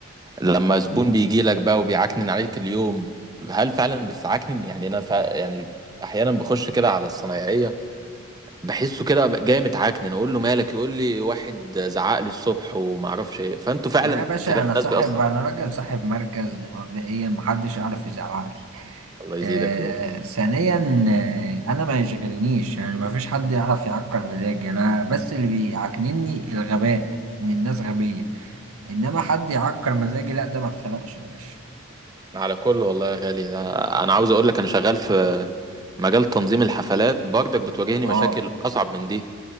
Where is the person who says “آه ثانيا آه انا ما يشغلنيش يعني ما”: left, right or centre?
Right